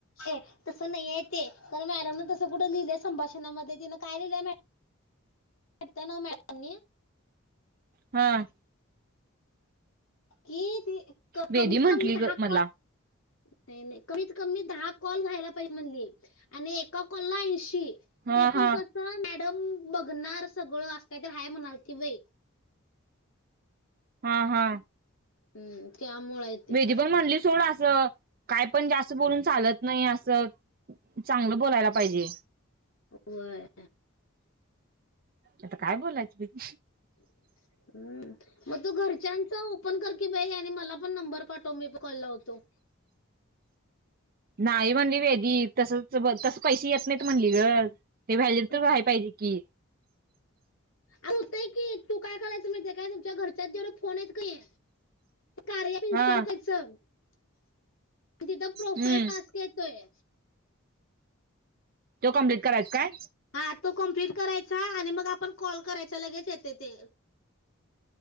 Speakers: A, on the left (about 75°); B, on the right (about 45°).
A: ये. तसं नाहीय ते तर मॅडम तसं कुठं लिहिलंय संभाषणामध्ये तिंन काय लिहिय <unintelligible> ना मॅडम
B: ह
A: कि ती कमीत
B: वेदी म्हंटली
A: कमी दहा
B: ग मला
A: कॉल <unintelligible> नाई नाई कमीत कमी दहा कॉल व्हायला पाहिजे म्हणली. आणि एका काॅलला ऐंशी.
B: हा
A: ते पण
B: हा
A: कस मॅडम बघणार सगळं असं काय तरी हाय म्हणालती बाई.
B: ह ह.
A: हम् त्यामुळे. ते
B: वेदी पण म्हणली सोड असं काय पण जास्त बोलून चालत नाही असं. चांगलं बोलायला पाहिजे.
A: होय.
B: आता काय बोलायचं बाई?
A: <inaudible> हम् मग तू घरच्यांचा ओपन कर की बाई आणि मला पण नंबर पाठव मी बी कॉल लावतो.
B: नाही म्हणली वेदी तसंच तस पैसे येत नाही म्हणली ग. ते व्हॅलिड
A: अ,
B: व्हाय पाहिजे की!
A: अगं होतय की तू काय करायच माहीत आहे काय तुमच्या घरच्यात जेवढे फोन आहेत कणी? कार्य ॲप इनस्टॉल
B: हा
A: करायचं मंग तिथं प्रोफाईल
B: हम्म
A: टास्क येतोय.
B: तो कम्प्लीट करायचा काय
A: आ तो कम्प्लीट करायचा आणि मग आपण कॉल करायचा लगेच येते ते